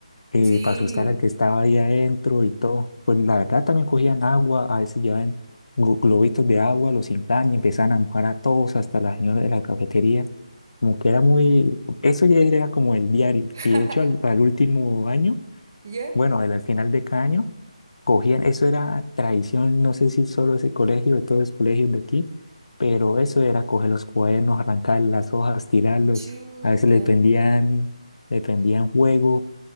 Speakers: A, on the left; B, on the right.
A: eh,
B: Sí.
A: para asustar al que estaba ahí adentro y todo. Pues la verdad también cogían agua, a veces llevaban glo- globitos de agua, los inflan y empezaban a mojar a todos, hasta la señora de la cafetería. Como que era muy, eso ya era como el diario.
B: <laughs>
A: Y de hecho al, al último año,
B: Ya,
A: bueno, al, al final de cada año, cogían, eso era tradición, no sé si solo ese colegio, de todos los colegios de aquí, pero eso era coger los cuadernos, arrancar las hojas, tirarlos.
B: chuta.
A: A veces le pendían, le pendían juego